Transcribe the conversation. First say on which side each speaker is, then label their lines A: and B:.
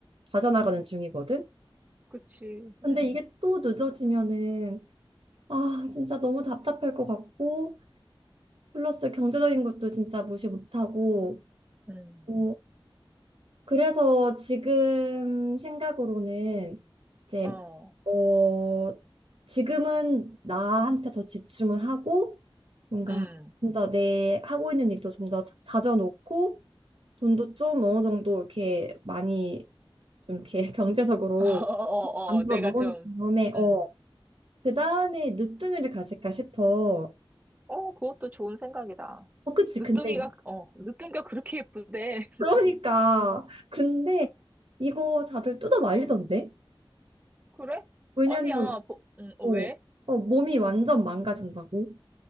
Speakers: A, on the right; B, on the right.
A: 가져나가는 중이거든.
B: 그치.
A: 근데
B: 응,
A: 이게 또 늦어지면은 아 진짜 너무 답답할 것 같고 플러스 경제적인 것도 진짜 무시 못하고
B: 응,
A: 어, 그래서 지금 생각으로는 이제
B: 어,
A: 어 지금은 나한테 더 집중을 하고 뭔가
B: 응
A: 좀 더 내 하고 있는 일도 좀 더 다져놓고 돈도 좀 어느 정도 이렇게 많이 좀 이렇게 <laughs> 경제적으로
B: 어, 어,
A: 만들어
B: 어, 내가
A: 놓은
B: 좀,
A: 다음에 어
B: 음,
A: 그다음에 늦둥이를 가질까 싶어.
B: 어, 그것도 좋은 생각이다.
A: 어 그치
B: 늦둥이가,
A: 근데
B: 어, 늦둥이가 그렇게 예쁘대.
A: 그러니까
B: <laughs>
A: 근데 이거 다들 뜯어 말리던데?
B: 그래?
A: 왜냐면
B: 아니야, 보, 음, 어,
A: 어,
B: 왜?
A: 어, 몸이 완전 망가진다고